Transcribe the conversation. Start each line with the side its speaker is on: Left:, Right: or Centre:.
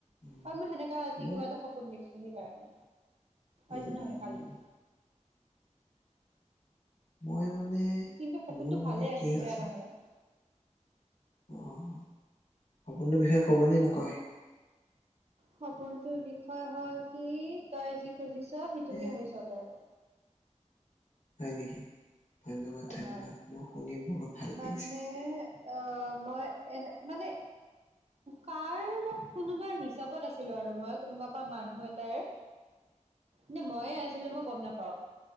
Left: উম,
Right: কাৰণ মই সেনেকা আজি
Left: মই
Right: কিবা এটা সপোন দেখিছো সেইকাৰণে
Left: উম,
Right: আজি
Left: উম,
Right: নহয় কালি
Left: হয়, মই মানে
Right: কিন্তু সপোনটো
Left: মোৰ মানে
Right: ভালে আছিল
Left: কি কথা
Right: বেয়া নহয়।
Left: অ' সপোনটো বিষয়ে ক'বনে, নকয়?
Right: সপোনটোৰ বিষয়ে হ'ল কি, তই যি খুজিছ সেইটোকে
Left: এ
Right: হৈছ তই।
Left: হয় নেকি? ধন্যবাদ ধন্যবাদ,
Right: হয়
Left: মই শুনি বহুত ভাল
Right: মানে,
Left: লাগিছে।
Right: আহ মই এনে মানে কাৰ বা কোনোবা হিচাপত আছিলো আৰু মই কোনোবা বা মানুহ এটাৰ নে ময়ে
Left: উম,
Right: আছিলো মই গম নাপাওঁ।